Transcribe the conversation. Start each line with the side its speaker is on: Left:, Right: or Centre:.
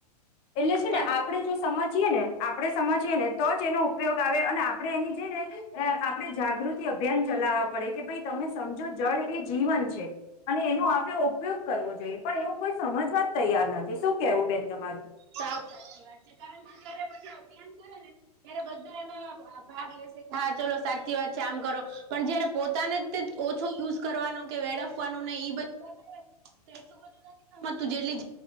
Left: એટલે છે
Right: પણ
Left: ને આપડે જો સમજીએ ને આપડે સમજીએ ને તો જ એનો ઉપયોગ આવે અને આ આપણે એની જે ને આપણે જાગૃતિ અભિયાન ચલાવવા પડે કે ભાઈ તમે સમજો જળ એ જીવન છે. અને એનો આપડે ઉપયોગ કરવો જોઈએ પણ એવું કોઈ સમજવા જ તૈયાર નથી શું કેવું બેન તમારું.
Right: સાવ સાચી વાત છે કારણ કે જ્યારે બધા અભિયાન કરે ત્યારે બધા એમાં ભાગ લેશે કે હા ચલો સાચી વાત છે આમ કરો પણ જયારે પોતાને તે ઓછો યુઝ કરવાનો કે વેડફવાનું ને એ બધું તો એટલું બધું નથી સમજતું જેટલી